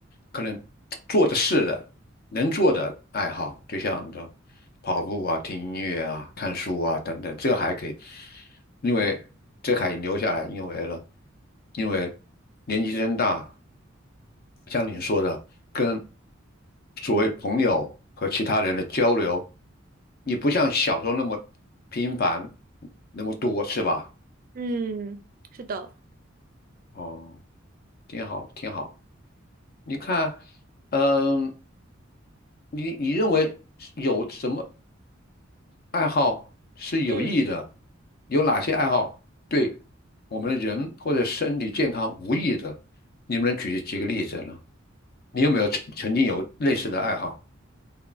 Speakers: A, on the left; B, on the right.
A: 可能做的事的、能做的爱好，就像的跑步啊、听音乐啊、看书啊等等，这还可以，因为这还留下来，因为了，因为年纪增大。像你说的，跟所谓朋友和其他人的交流，你不像小时候那么频繁，那么多，是吧？
B: 嗯，是的。
A: 哦，挺好，挺好。你看，嗯，你你认为有什么爱好是有益的？
B: 嗯。
A: 有哪些爱好对我们的人或者身体健康无益的？你们能举几个例子呢？你有没有曾曾经有类似的爱好？